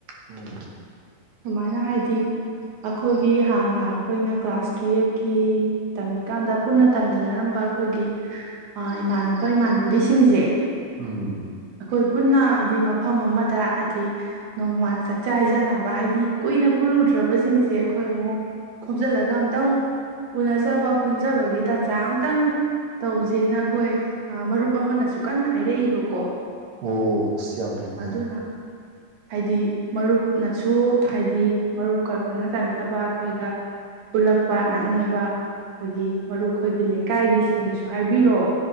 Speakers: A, on the right; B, on the right.
A: ꯎꯝ
B: ꯁꯨꯃꯥꯏꯅ ꯍꯥꯏꯗꯤ ꯑꯈꯣꯏꯒꯤ ꯍꯥꯟꯅ ꯑꯈꯣꯏꯅ ꯀ꯭ꯂꯥꯁ ꯇꯨꯌꯦꯐꯀꯤ ꯇꯝꯃꯤꯀꯥꯟꯗ ꯄꯨꯟꯅ ꯇꯝꯃꯤꯟꯅꯔꯝꯕ ꯑꯩꯈꯣꯏꯒꯤ ꯏꯃꯥꯟꯅꯕ ꯏꯃꯥꯟꯅꯕꯤꯁꯤꯡꯁꯦ
A: ꯎꯝ
B: ꯑꯩꯈꯣꯏ ꯄꯨꯟꯅ ꯍꯥꯏꯗꯤ ꯃꯐꯝ ꯑꯃꯗ ꯍꯥꯏꯗꯤ ꯅꯣꯡꯃ ꯆꯥꯛꯆꯥ ꯍꯩꯖꯥꯅꯕ ꯍꯥꯏꯗꯤ ꯀꯨꯏꯅ ꯄꯨꯜꯂꯨꯗ꯭ꯔꯕꯁꯤꯡꯁꯦ ꯑꯩꯈꯣꯏ ꯑꯃꯨꯛ ꯈꯣꯝꯖꯤꯜꯂꯒ ꯑꯝꯇꯪ ꯎꯅꯖꯕ ꯄꯨꯟꯖꯕꯒꯤ ꯇꯟꯖꯥ ꯑꯝꯇꯪ ꯇꯧꯁꯦꯅ ꯑꯈꯣꯏ ꯃꯔꯨꯞ ꯑꯃꯅꯁꯨ ꯀꯟꯅ ꯍꯥꯏꯔꯛꯏꯕꯀꯣ
A: ꯑꯣ ꯌꯥꯝ ꯐꯩꯅꯤ
B: ꯑꯗꯨꯅ ꯍꯥꯏꯗꯤ ꯃꯔꯨꯞꯅꯁꯨ ꯍꯥꯏꯗꯤ ꯃꯔꯨꯞꯀ ꯈꯪꯅ ꯆꯥꯟꯅꯖꯕ ꯑꯩꯈꯣꯏꯒ ꯎꯜꯂꯛꯄ ꯅꯛꯅꯕ ꯑꯩꯈꯣꯏꯒꯤ ꯃꯔꯨꯞ ꯑꯈꯣꯏꯒꯤ ꯂꯩꯀꯥꯏꯒꯤꯁꯤꯡꯗꯨꯁꯨ ꯍꯥꯏꯕꯤꯔꯣ